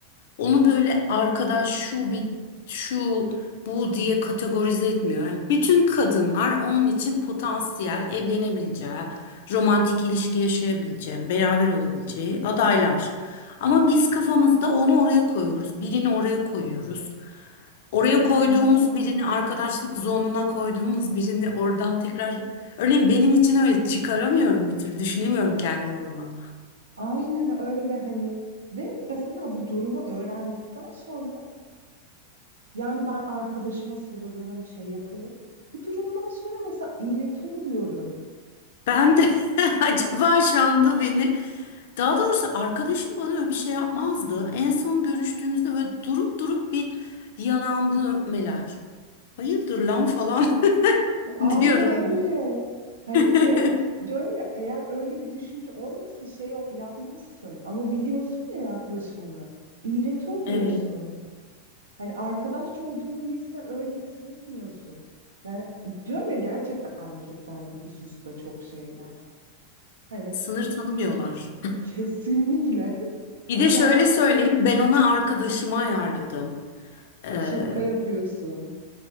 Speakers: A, on the left; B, on the right.
A: Onu böyle arkadaş şu bir şu bu diye kategorize etmiyor. Yani bütün kadınlar onun için potansiyel evlenebileceği, romantik ilişki yaşayabileceği, beraber olabileceği adaylar. Ama biz kafamızda onu oraya koyuyoruz, birini oraya koyuyoruz. Oraya koyduğumuz
B: Tabii canım.
A: birini arkadaşlık zonuna koyduğumuz birini oradan tekrar örneğin benim için öyle çıkaramıyorum bir türlü düşünemiyorum kendimi onunla.
B: Aynen öyle hani. Ve mesela bu durumu öğrendikten sonra yani ben arkadaşıma sarılırım, şey yaparım. Bu durumdan sonra mesela iğreti oluyorum.
A: Ben de <laughs> acaba Şam'da beni daha doğrusu arkadaşım bana öyle bir şey yapmazdı. En son görüştüğümüzde böyle durup durup bir yanağımdan öpmeler. Hayırdır lan falan <laughs>
B: Aynen
A: diyorum.
B: öyle. Hani
A: <laughs>
B: ve diyorum ya eğer öyle bir düşünce olmasa şey yap- yapmazsın ama biliyorsun ya yaklaşımını. İğreti oluyorsun.
A: Evet,
B: Hani arkadaşça olduğunu bilse öyle hissetmiyorsun. Yani diyorum ya gerçekten erkekler bu hususta çok şeyler. Hani
A: sınır tanımıyorlar.
B: kesinlikle
A: Bir de şöyle
B: <laughs> yani
A: söyleyeyim ben ona arkadaşımı ayarladım. Ee,
B: şaka yapıyorsun.